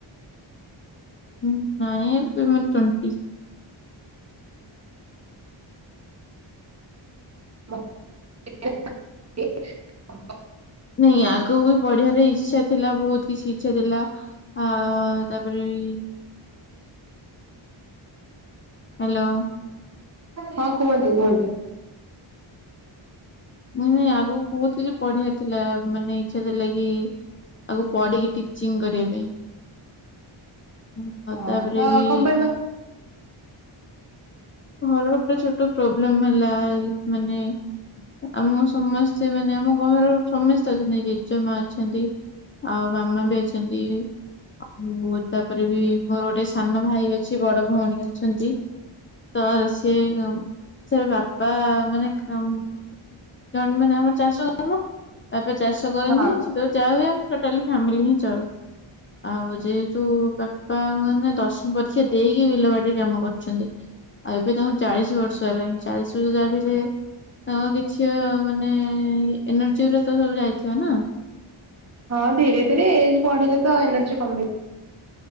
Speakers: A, on the left; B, on the right.
A: ହୁଁ ନାଇଁ ଏବେ ମର ଟ୍ୱେଣ୍ଟି।
B: <inaudible>
A: ନାଇଁ ଆଗକୁ ବି ପଢିବାର ଇଚ୍ଛା ଥିଲା ବହୁତ୍ କିଛି ଇଛା ଥିଲା ଆଉ ତାପରେ ବି ହ୍ୟାଲୋ
B: ହଁ- କୁହନ୍ତୁ -କୁହନ୍ତୁ।
A: ମୁଇଁ- ମୁଇଁ ଆଗୁକୁ ବହୁତ୍ କିଛି ପଢିବାର ଥିଲା ମାନେ ଇଚ୍ଛା ଥିଲା କି ଆଗକୁ ପଢିକି ଟିଚିଂ କରିବା ପାଇଁ
B: ହଁ
A: ତାପରେ
B: ତ
A: ବି
B: କଣ ପାଇଁ ବା
A: ଘରର ଗୋଟେ ଛୋଟ ପ୍ରୋବ୍ଲେମ୍ ହେଲା ମାନେ ଆମ ସମସ୍ତେ ମାନେ ଆମ ଘର ସମସ୍ତେ ଅଛନ୍ତି ଜେଜେମା ଅଛନ୍ତି ଆଉ ମାମା ବି ଅଛନ୍ତି ଆଉ ତାପରେ ବି ମୋର ଗୋଟେ ସାନ ଭାଇ ଅଛି ବଡ ଭଉଣୀ ଅଛନ୍ତି। ତ ସିଏ ସେ ବାପା ମାନେ କାମ୍ <unintelligible> ଆମ ଚାଷ କାମ ବାପା ଚାଷ କରନ୍ତି
B: ହଁ।
A: ସେତେବେଳେ ଯା ହୁଏ ଟୋଟାଲି ଫ୍ୟାମିଲି ହିଁ ଚଳୁ। ଆଉ ଯେହେତୁ ବାପା ମାନେ ଦଶମ ପରୀକ୍ଷା ଦେଇକି ବିଲବାଡିରେ କାମ କରୁଚନ୍ତି ଆଉ ଏବେ ତାଙ୍କୁ ଚାଳିଶ୍ ବର୍ଷ ହେଲାଣି ଚାଳିଶ୍ <unintelligible> ତ କିଛି ମାନେ ଏନର୍ଜି ଗୁରା ତ ସବୁ ଯାଇଥିବ ନା
B: ହଁ ଧୀରେ ଧୀରେ ଏଜ୍ ବଢିଲେ ତ ଏନର୍ଜି କମିବ।